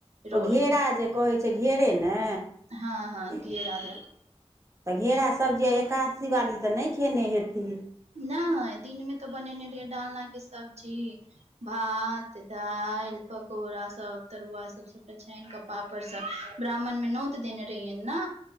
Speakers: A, on the right; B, on the right.
A: रोटी
B: ओ घेरा जे कहै छैय घेरे ने?
A: हँ हँ
B: तऽ
A: घेरा धऽ
B: घेरा सब्जी आ एकादशी बाली तऽ नहि खेने हेथी?
A: नहि दिन मे तऽ बनेने रहहि डालना के सब्जी भात दाल पकौड़ा सब तरुआ सब छे छैनके पापड़ सब ब्राह्मणमे नोत देने रहियै ने।